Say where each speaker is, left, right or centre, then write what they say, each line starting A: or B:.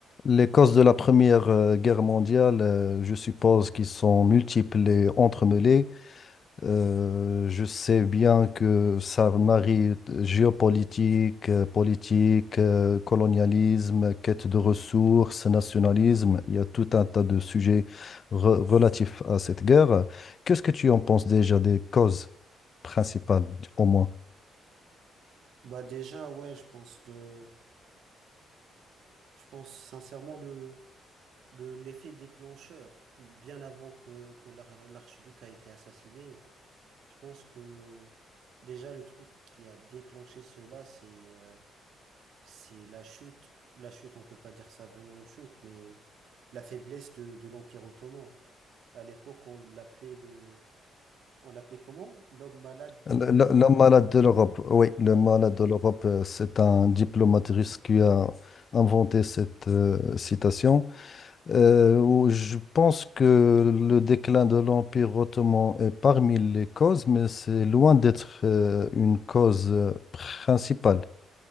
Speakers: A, on the left (about 45°); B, on the right (about 70°).
A: Les causes de la Première euh, Guerre mondiale, euh, je suppose qu'ils sont multiples et entremêlées. Euh, je sais bien que ça marie euh, géopolitique, euh, politique, euh, colonialisme, quête de ressources, nationalisme. Il y a tout un tas de sujets re- relatifs à cette guerre. Qu'est-ce que tu en penses déjà des causes principales, au moins?
B: Bah déjà, ouais, je pense le, je pense sincèrement le, le, l'effet déclencheur, bien avant que, que l'ar- l'archiduc a été assassiné, je pense que déjà le truc qui a déclenché cela, c'est euh, c'est la chute. La chute, on peut pas dire ça vraiment une chute, mais la faiblesse de, de l'Empire ottoman. À l'époque, on l'appelait le, on l'appelait comment? L'homme malade de,
A: Le,
B: de
A: le-
B: l'Europe?
A: le malade de l'Europe, oui, le
B: Ouais.
A: malade de l'Europe, euh, c'est un diplomate russe qui a inventé cette euh, citation. Euh, où je pense que le déclin de l'Empire ottoman est parmi les causes, mais c'est loin d'être euh, une cause euh, principale.